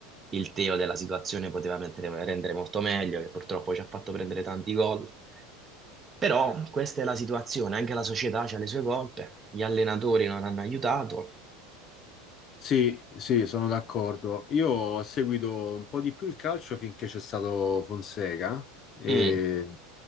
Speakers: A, on the right; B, on the left.
A: Il Teo della situazione poteva mettere- rendere molto meglio, che purtroppo ci ha fatto prendere tanti gol. Però questa è la situazione, anche la società ha le sue colpe, gli allenatori non hanno aiutato.
B: Sì, sì, sono d'accordo. Io ho seguito un po' di più il calcio finché c'è stato Fonseca e
A: Mm,